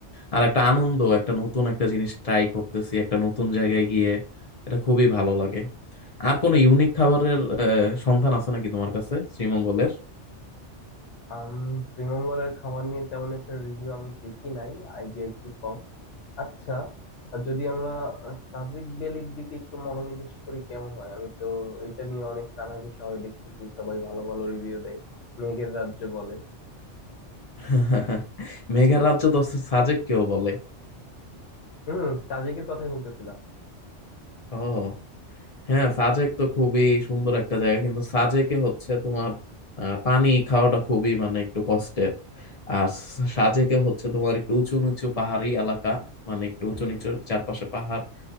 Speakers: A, on the left (about 40°); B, on the left (about 75°).
A: আর একটা আনন্দ একটা নতুন একটা জিনিস ট্রাই করতেছি একটা নতুন জায়গায় গিয়ে এটা খুবই ভালো লাগে আর কোনো ইউনিক খাবারের আহ, সন্ধান আছে নাকি তোমার কাছে শ্রীমঙ্গলের
B: আম শ্রীমঙ্গলের খাবার নিয়ে তেমন একটা রিভিউ আমি দেখি নাই আইডিয়া একটু কম আচ্ছা আর যদি আমরা আহ, সাজেক ভ্যালির দিকে একটু মনোনিবেশ করি কেমন হয় আমি তো এটা নিয়ে অনেক কানাঘুষা হয় দেখতেছি সবাই ভালো ভালো রিভিউ দেয় মেঘের রাজ্য বলে
A: <laughs> মেঘের রাজ্য তো সাজেক কেউ বলে
B: হুম সাজেকের কথাই বলতেছিলাম
A: ও হ্যাঁ সাজেক তো খুবই সুন্দর একটা জায়গা কিন্তু সাজেকে হচ্ছে তোমার আহ, পানি খাওয়াটা খুবই মানে একটু কষ্টের আর সাজেকে হচ্ছে তোমার একটু উঁচু নিচু পাহাড়ি এলাকা মানে একটু উঁচু নিচু চারপাশে পাহাড়